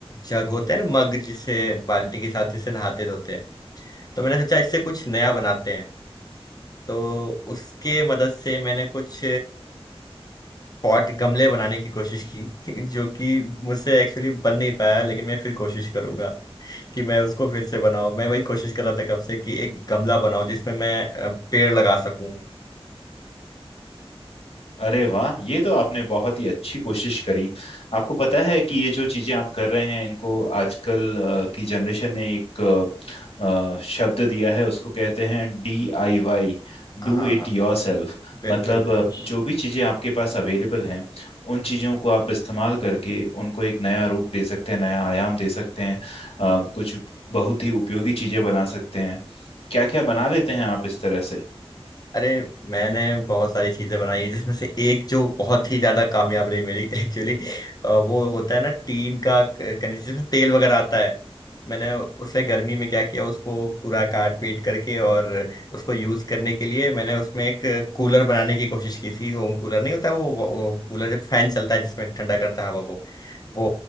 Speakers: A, on the left; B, on the left.
A: जग होते हैं ना मग जिसे बाल्टी के साथ जिसे नहाते धोते हैं तो मैंने सोचा इससे कुछ नया बनाते हैं तो उसके मदद से मैंने कुछ पॉट गमले बनाने की कोशिश की <laughs> जो कि मुझसे एक्चुअली बन नहीं पाया लेकिन मैं फिर कोशिश करूंगा कि मैं उसको फिर से बनाऊं मैं वही कोशिश कर रहा था कब से कि एक गमला बनाऊं जिसमें मैं अ, पेड़ लगा सकूं
B: अरे वाह ये तो आपने बहुत ही अच्छी कोशिश करी आपको पता है कि ये जो चीजें आप कर रहे हैं इनको आजकल अ, की जनरेशन ने एक अ, अ, शब्द दिया है उसको कहते हैं डी आई वाई
A: हाँ
B: Do
A: हाँ
B: it
A: हाँ।
B: your self
A: बिल्कुल
B: मतलब
A: बिल्कुल
B: अ, जो भी चीजें आपके पास अवेलेबल हैं उन चीजों को आप इस्तेमाल करके उनको एक नया रूप दे सकते हैं नया आयाम दे सकते हैं अ, कुछ बहुत ही उपयोगी चीजें बना सकते हैं क्या क्या बना लेते हैं आप इस तरह से
A: अरे मैंने बहुत सारी चीजें बनाई हैं, जिसमें से एक जो बहुत ही ज्यादा कामयाब रही मेरी <laughs> एक्चुअली वो होता है ना टीन का क- कनेक्शन जिसमें तेल वगैरह आता है मैंने उसे गर्मी में क्या किया उसको पूरा काट पीट करके और उसको यूज करने के लिए मैंने उसमें एक कूलर बनाने की कोशिश की थी होम कूलर नहीं होता वो, वो, वो कूलर जब फैन चलता है जिसमें ठंडा करता है हवा को वो